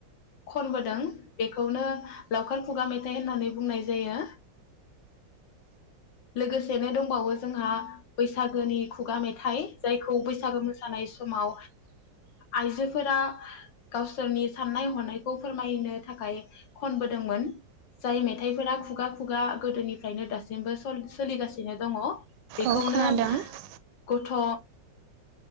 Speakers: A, on the left; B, on the right.
A: खनबोदों बेखौनो लावखार खुगा मेथाइ होननानै बुंनाय जायो लोगोसेनो दंबावो जोंहा बैसागोनि खुगा मेथाइ जायखौ बैसागो मोसानाय समाव आइजो फोरा गावसोरनि साननाय हनायखौ फोरमायनो थाखाय खनबोदोंमोन जाय मेथाइफोरा खुगा खुगा गोदोनिफ्रायनो दासिमबो स-सोलिगासिनो दङ बेखौनो
B: औ खोनादों औ
A: गथ'